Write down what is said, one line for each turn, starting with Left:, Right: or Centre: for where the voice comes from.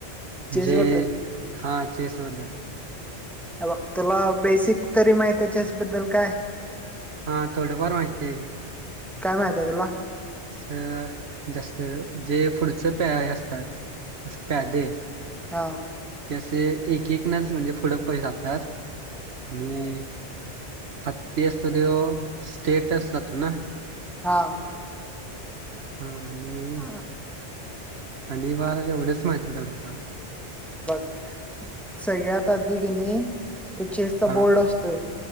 Right: म्हणजे
Centre: चेस बद्दल
Right: हा चेस बदल
Centre: हेबग तुला बेसिक तरी माहितेय चेस बद्दल काय
Right: हा थोडंफार माहितेय
Centre: काय माहित आहे तुला
Right: अस जास्त जे पुढच प्यायय असतात असं प्यादे
Centre: हा
Right: त्यासे एक एकनच म्हणजे पुढं पय जातात आणि हत्ती असतो तो स्टेटच जातो ना
Centre: हा
Right: हा आणि
Centre: आ
Right: आणि बार जेवढेच माहिती आहे थोड फार
Centre: बघ सगळ्यात अधिक कनी तो चेसचा
Right: हा
Centre: बोर्ड असतोय